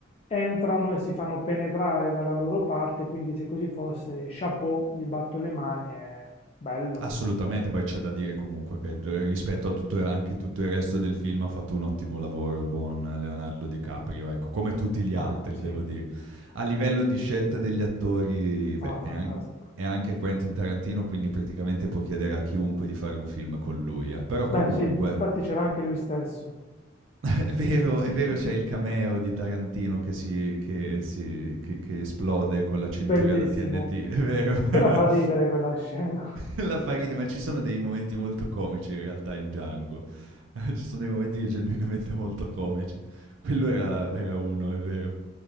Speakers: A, on the left (about 30°); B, on the right (about 75°).
A: entrano e si fanno penetrare dalla loro parte, quindi se così fosse, chapeau, gli batto le mani, è bello.
B: Assolutamente, poi c'è da dire comunque che rispetto a tutto, anche tutto il resto del film ha fatto un ottimo lavoro il buon Leonardo DiCaprio, ecco, come tutti gli
A: Ma
B: altri
A: sì,
B: devo dire. A livello di scelta degli attori, beh,
A: no, fantastico.
B: è, an- è anche Quentin Tarantino, quindi praticamente può chiedere a chiunque di fare un film con lui, eh. però comunque
A: Beh, sì, infatti c'era anche lui stesso.
B: <laughs> È vero, è
A: <laughs>
B: vero, c'è il cameo di Tarantino che si che si che che esplode con la cintura
A: Bellissimo.
B: da TNT, è vero. <laughs>
A: Quella fa ridere quella scena.
B: La fa ridere, ma ci sono dei momenti molto comici in realtà in Django. <laughs> Ci sono dei momenti genuinamente molto comici. Quello era era uno, è vero.